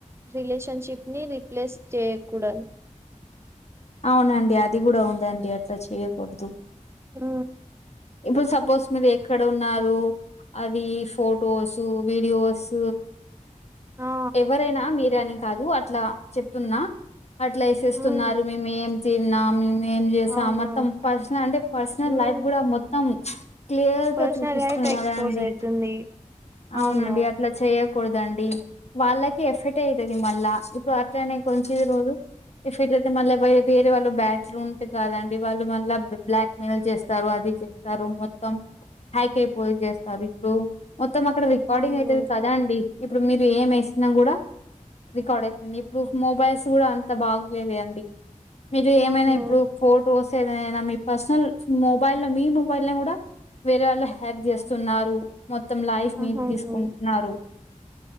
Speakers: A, on the right (about 20°); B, on the left (about 55°).
A: రిలేషన్షిప్ ని రిపీట్ చేయకూడదు
B: అవునండి అది కూడా ఉందండి అట్లా చేయకూడదు
A: ఉ
B: ఇప్పుడు సపోజ్ మీరు ఎక్కడ ఉన్నారు అది ఫొటోసు వీడియోస్
A: ఆ
B: ఎవరైనా మీరని కాదు అట్లా చెప్తున్నా అట్లా వేసేస్తున్నారు
A: ఉమ్
B: మేము ఏం తిన్నాము ఏం చేసాము
A: అవును
B: మొత్తం పర్సనల్ అంటే పర్సనల్
A: ఉమ్
B: లైఫ్ కూడా మొత్తం క్లియర్గా
A: పర్సనల్
B: చూపిస్తున్నారు
A: లైఫ్ ఎక్స్పోజ్
B: అండి
A: అయితుంది
B: అవునండి
A: అవును
B: అట్లా చేయ కూడదండి వాళ్ళకి ఎఫెక్ట్ అయితది మళ్ళా ఇప్పుడు అట్లనే కొంచది రోజు ఎఫెక్ట్ అయితే మళ్ళీ వేరే వాళ్ళు బ్యాసు ఉంటయి కదండి వాళ్ళు మళ్ళా బ్లాక్ మెయిల్ చేస్తారు అది స్తారు మొత్తం హ్యాక్ అయిపోయి చేస్తారు ఇప్పుడు మొత్తం అక్కడ రికార్డింగ్
A: అవును
B: అయితది కదా అండి ఇప్పుడు మీరు ఏమేస్త కూడా రికార్డ్ అయితుంది ఇప్పుడు మొబైల్స్ కూడా అంత బాగులేది అండి. మీరు ఏమైనా
A: అవును
B: ఇప్పుడు ఫొటోస్ ఏదైనా మీ పర్సనల్ మొబైల్ లో మీ మొబైల్ ల కూడా వేరే వాళ్ళ హ్యాక్ చేస్తున్నారు మొత్తం లైఫ్ రి
A: అవును
B: తీసుకుంటున్నారు